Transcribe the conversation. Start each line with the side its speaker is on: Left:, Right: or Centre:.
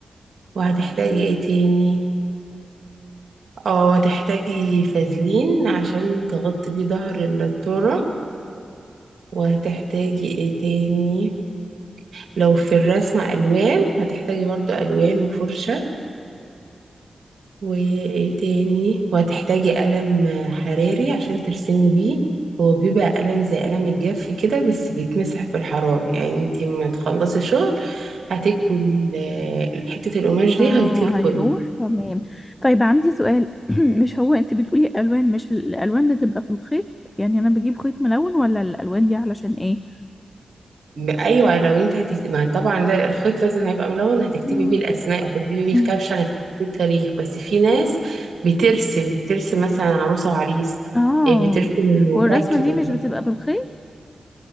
Right: وهتحتاجي ايه تاني اه وهتحتاجي فازلين عشان تغطي بيه ظهر التورة وهتحتاجي ايه تاني لو في الرسمة الوان هتحتاجي برضو الوان وفرشة وايه تاني وهتحتاجي قلم آه، حراري عشان ترسمي بيه هو بيبقى قلم زي قلم الجاف كده بس بيتمسح بالحرارة يعني انتي ما تخلصي شغل هتكوي ال- حتة القماش دي
Left: اه
Right: هيطير
Left: هيروح
Right: كله
Left: تمام طيب عندي سؤال <clears throat> مش هو انت بتقولي الوان مش الالوان اللي تبقى في الخيط يعني انا بجيب خيط ملون ولا الالوان دي علشان ايه
Right: ب- ايوه لو انت هتكتب ما طبعا لا الخيط لازم هيبقى ملون هتكتبي
Left: مم.
Right: بيه الاسماء هتكتبي بيه
Left: مم.
Right: الكابشن هتكتبي بيه التاريخ بس في ناس بترسم بترسم مثلا عروسه وعريس
Left: اه
Right: إيه، بترسم
Left: والرسمة
Right: شكل
Left: دي مش بتبقى بالخيط